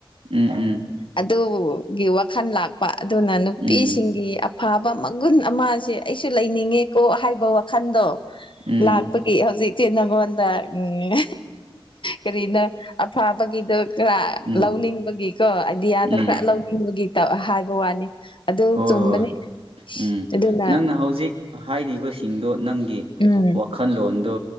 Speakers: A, on the right (about 85°); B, on the left (about 60°).
A: ꯎꯝ ꯎꯝ
B: ꯑꯗꯨꯒꯤ ꯋꯥꯈꯜ ꯂꯥꯛꯄ ꯑꯗꯨꯅ ꯅꯨꯄꯤꯁꯤꯡꯒꯤ
A: ꯎꯝ
B: ꯑꯐꯕ ꯃꯒꯨꯟ ꯑꯃꯁꯦ ꯑꯩꯁꯨ ꯂꯩꯅꯤꯡꯉꯦꯀꯣ ꯍꯥꯏꯕ ꯋꯥꯈꯟꯗꯣ
A: ꯎꯝ ꯎꯝ
B: ꯂꯥꯛꯄꯒꯤ ꯍꯧꯖꯤꯛꯇꯤ ꯅꯉꯣꯟꯗ ꯎꯝ ꯀꯔꯤꯅ ꯑꯐꯥꯕꯒꯤꯗ ꯈꯔ
A: ꯎꯝ
B: ꯂꯧꯅꯤꯡꯕꯒꯤ ꯀꯣ ꯑꯥꯏꯗꯤꯌꯥꯗꯣ
A: ꯎꯝ
B: ꯈꯔ ꯂꯧꯅꯤꯡꯕꯒꯤ ꯇꯧ ꯍꯥꯏ ꯋꯥꯅꯤ ꯑꯗꯨ
A: ꯍꯣꯏ
B: ꯆꯨꯝꯕꯅꯤ
A: ꯍꯣꯏ ꯎꯝ
B: ꯑꯗꯨꯅ
A: ꯅꯪꯅ ꯍꯧꯖꯤꯛ ꯍꯥꯏꯔꯤꯕꯁꯤꯡꯗꯣ ꯅꯪꯒꯤ
B: ꯎꯝ
A: ꯈꯜꯂꯣꯟꯗꯨ